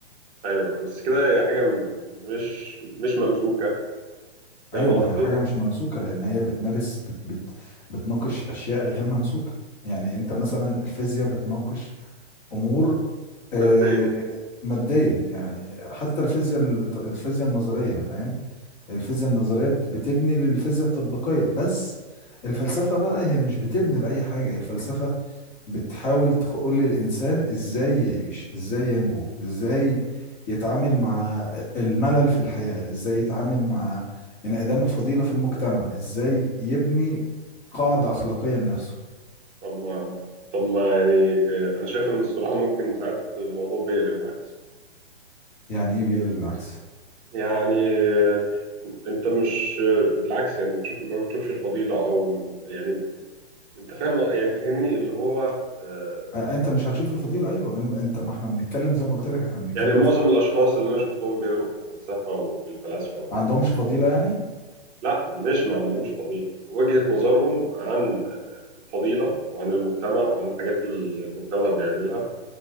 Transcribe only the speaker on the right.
أيوه بس كده هي حاجة م- مش مش ممسوكة فاهم
قصدي؟
مادية
طب ما طب ما يعني آه، انا شايف ان الصراحه ممكن ساعات الموضوع بيقلب العكس
يعني آه، انت مش آه، بالعكس يعني بتشوف ما بتشوفش الفضيله او يعني انت فاهم آه، يعني فهمني اللي هو آه،
يعني معظم
الاشخاص اللي انا شفتهم بيقروا في الفلسفه والفلاسفه وكده
لا مش ما عندهمش فضيله وجهه نظرهم عن الفضيله وعن المجتمع وعن الحاجات اللي المجتمع بيعملها